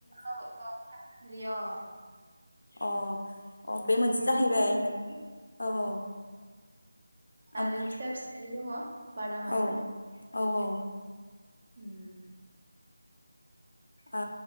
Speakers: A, on the right; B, on the left.
A: औ औ था सोमलि अ
B: अ अ बे
A: बेखौ
B: मोनसे
A: जों
B: जाहैबाय
A: रुना जायोदि
B: औ औ ओमफा
A: आरो फिसा फिसारि दङ बादाम आलु।
B: औ औ औ
A: उम
B: ओ